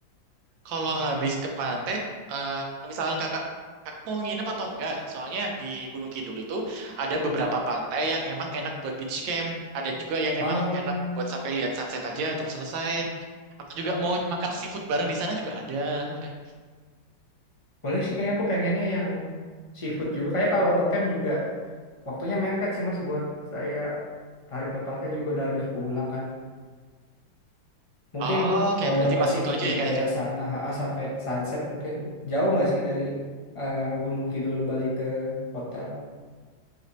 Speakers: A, on the right (about 80°); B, on the left (about 45°).
A: Kalau habis ke pantai, eh misalkan kakak, kakak mau nginep atau enggak? Soalnya di Gunung Kidul itu ada beberapa pantai yang emang enak buat beach camp, ada juga yang
B: Oh,
A: emang enak buat sampai lihat sunset aja terus selesai. Atau juga mau makan seafood bareng di sana juga ada. Udah.
B: boleh sih kayak aku pengennya yang seafood juga. Kayak kalau ngecamp juga Waktunya mepet sih Mas buat saya hari keempatnya juga udah harus pulang kan. Mungkin
A: Oh, Oke,
B: mau
A: berarti
B: nyoba
A: pas
B: seafood
A: itu aja
B: di
A: ya
B: daerah
A: kak. Irene.
B: sana HA sampai sunset mungkin. Jauh nggak sih dari eh, Gunung Kidul balik ke hotel?